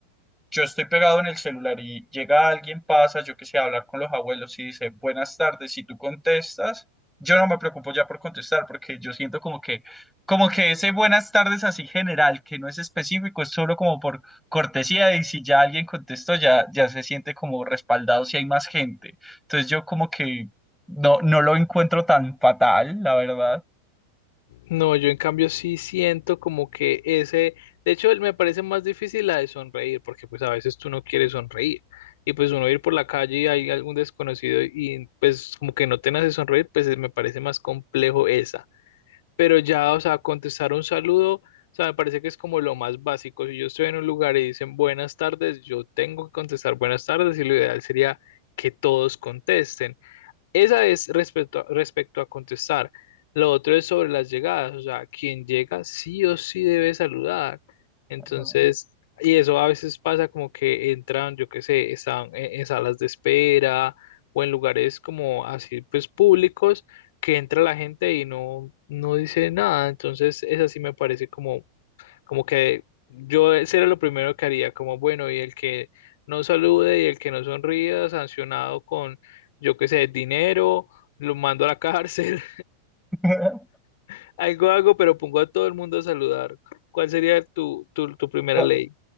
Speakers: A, in the centre; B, on the left.
A: yo estoy pegado en el celular y llega alguien, pasa, yo que sé, a hablar con los abuelos y dice, buenas tardes, si tú contestas, yo no me preocupo ya por contestar porque yo siento como que, como que ese buenas tardes así general, que no es específico, es solo como por cortesía y si ya alguien contestó, ya, ya se siente como respaldado si hay más gente. Entonces yo como que no, no lo encuentro tan fatal, la verdad.
B: No, yo en cambio sí siento como que ese, de hecho él me parece más difícil la de sonreír, porque pues a veces tú no quieres sonreír y pues uno ir por la calle y hay algún desconocido y pues como que no te nace sonreír, pues eh, me parece más complejo esa. Pero ya, o sea, contestar un saludo, o sea, me parece que es como lo más básico. Si yo estoy en un lugar y dicen buenas tardes, yo tengo que contestar buenas tardes y lo ideal sería que todos contesten. Esa es respecto a, respecto a contestar. Lo otro es sobre las llegadas, o sea, quien llega sí o sí debe saludar. Entonces,
A: Ajá.
B: y eso a veces pasa como que entran, yo qué sé, están en, en salas de espera o en lugares como así, pues públicos, que entra la gente y no, no dice nada. Entonces, esa sí me parece como como que yo ese era lo primero que haría, como bueno, y el que no salude y el que no sonría, sancionado con, yo qué sé, dinero, lo mando a la cárcel,
A: <laughs>
B: <laughs> algo hago, pero pongo a todo el mundo a saludar. ¿Cuál sería tu, tu, tu primera
A: Ba-
B: ley?